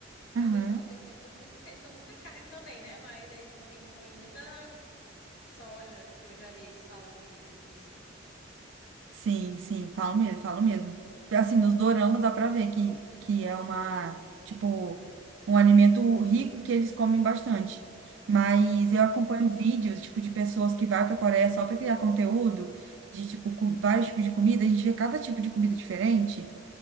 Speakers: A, on the left; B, on the right.
A: Aí
B: Aham.
A: eu vejo, nossa, eles têm muita comida assim, eles comem muita carne também, né? Mas eles também comem muita soja, que eu já vi eles falando dis- disso.
B: Sim, sim, falo mesmo, falo mesmo. Assim, nos doramas dá pra ver que, que é uma, tipo, um alimento rico que eles comem bastante. Mas
A: Sim,
B: eu acompanho vídeos, tipo, de pessoas que vai pra Coreia só pra criar conteúdo, de, tipo, com vários tipos de comida, a gente vê cada tipo de comida diferente.